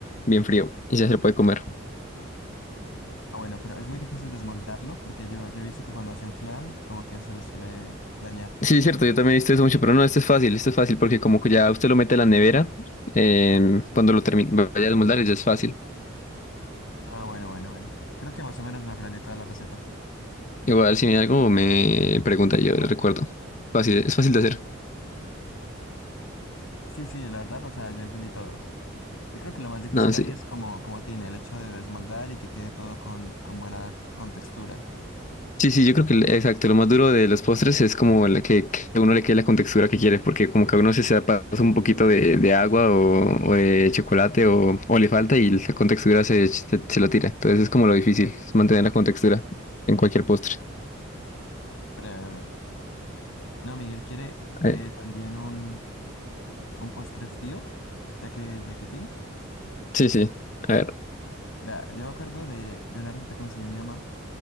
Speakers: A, on the left; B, on the left.
A: bien frío y ya se lo puede comer.
B: Ah, bueno, pero es muy difícil desmoldarlo porque yo, yo he visto que cuando hacen flan, como que se les suele dañar.
A: Sí, es cierto, yo también he visto eso mucho, pero no, esto es fácil, esto es fácil porque como que ya usted lo mete en la nevera, em, cuando lo termine, vaya a desmoldar ya es fácil.
B: Ah, bueno, bueno, bueno. Creo que más o menos me aprendí toda la receta.
A: Igual si hay algo me pregunta, yo le recuerdo. Fácil, es fácil de hacer.
B: Sí, sí, la verdad, o sea, yo entendí todo. Yo creo que lo más difícil
A: No,
B: ahí
A: sí.
B: es como, como tiene el hecho de desmoldar y que quede todo con, con buena contextura.
A: Sí, sí, yo creo que el- exacto, lo más duro de los postres es como la que, que a uno le quede la contextura que quiere, porque como que a uno se se pasa un poquito de, de agua o, o de chocolate o, o le falta y la contextura se, se, se lo tira. Entonces es como lo difícil, es mantener la contextura en cualquier postre.
B: Breve, breve. No, Miguel quiere
A: Eh,
B: eh, también un... un postre frío, ya que, ya que tiene.
A: sí, sí. A ver,
B: Vea, yo me acuerdo de, de una receta que me enseñó mi mamá,